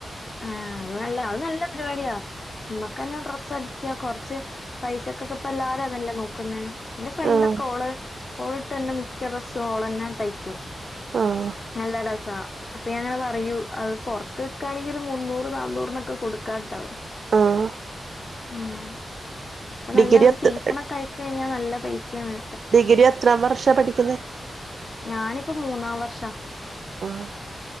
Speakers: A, on the left; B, on the right.
A: ആഹ് അതല്ല അത് നല്ല പരിപാടിയാ മ്മക്കന്നെ ഡ്രസ്സടി ക്ക്യാ കൊർച്ച് പൈസൊക്കൊക്കെ ഇപ്പല്ലാരും അതല്ലേ നോക്കുന്നേ ഇന്റെ ഫ്രണ്ടൊക്കെ
B: ആഹ്
A: ഓള് ഓൾട്ടെര്ണെ മിക്കഡ്രസ്സും ഓളെന്നെ തയ്ക്കും.
B: ആഹ്
A: നല്ലരെസാ അപ്പൊ ഞാനാപറയൂ അഹ് പൊർത്ത് വിക്കാണെങ്കിൽ ഒര് മുന്നൂറ് നന്നൂറിനൊക്കെ കൊടുക്കാട്ടോ.
B: ആഹ്
A: ആഹ് ഇപ്പൊനല്ല
B: ഡിഗ്രി
A: ഒര്
B: എത്ര
A: സീസണൊക്കയ്ക്ക് കഴിഞ്ഞാൽ നല്ലപൈസേണ്.
B: ഡിഗ്രി എത്രാംവർഷം പഠിക്കുന്നേ
A: ഞാനിപ്പോ മൂന്നാംവർഷ
B: ആഹ്